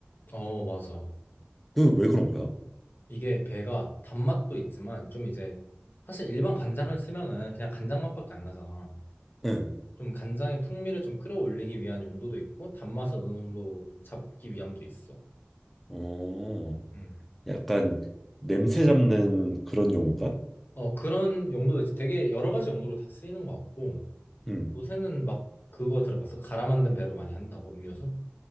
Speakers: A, on the left; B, in the centre.
A: 어, 맞아.
B: 그 왜 그런 거야?
A: 이게 배가 단맛도 있지만 좀 이제 사실 일반 간장을 쓰면은 그냥 간장 맛밖에 안 나잖아.
B: 응.
A: 좀 간장의 풍미를 좀 끌어올리기 위한 용도도 있고 단맛을 어느 정도 잡기 위함도 있어.
B: 어.
A: 응.
B: 약간 냄새 잡는 그런 용인가?
A: 어, 그런 용도도 있지. 되게 여러 가지 용도로 다 쓰이는 것 같고.
B: 응.
A: 요새는 막 그거 들어봤어? 갈아 만든 배로 많이 한다고 음료수?